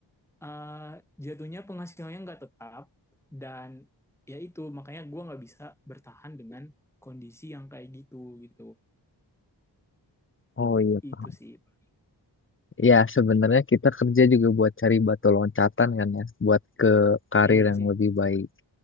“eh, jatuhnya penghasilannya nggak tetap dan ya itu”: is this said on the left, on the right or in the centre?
Centre